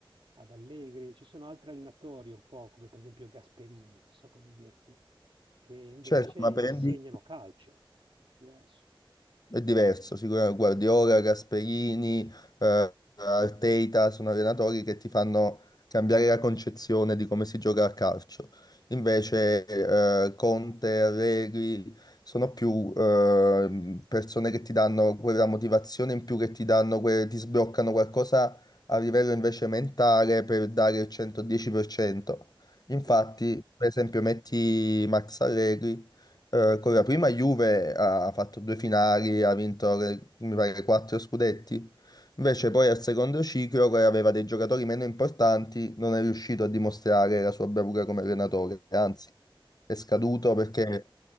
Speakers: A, on the right; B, on the left.
A: ad Allegri, ci sono altri allenatori un po' come per esempio Gasperini, non so come dirti, che invece
B: Certo, ma
A: insegnano
B: prendi
A: calcio, diverso.
B: È diverso, sicuramente Guardiola, Gasperini, eh, Arteta sono allenatori che ti fanno cambiare la concezione di come si gioca a calcio. Invece eh, Conte, Allegri sono più eh, persone che ti danno quella motivazione in più, che ti danno, que- ti sbloccano qualcosa a livello invece mentale per dare il 110%. Infatti,
A: Sì,
B: per esempio, metti Max Allegri eh, con la prima Juve ha fatto due finali, ha vinto eh, mi pare quattro scudetti. Invece poi al secondo ciclo, che aveva dei giocatori meno importanti, non è riuscito a dimostrare la sua bravura come allenatore,
A: Mm.
B: anzi è scaduto perché